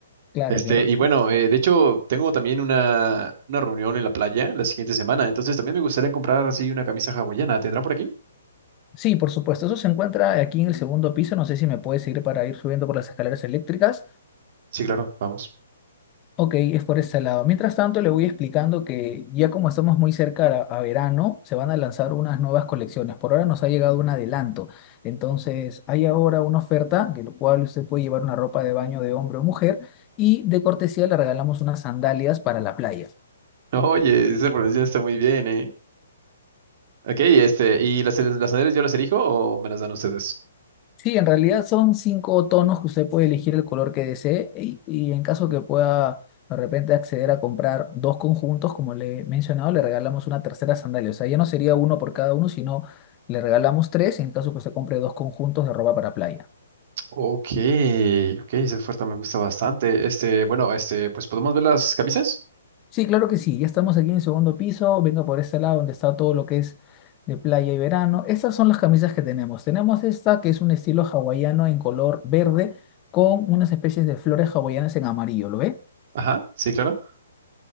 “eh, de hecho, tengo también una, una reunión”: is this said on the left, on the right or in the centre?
Right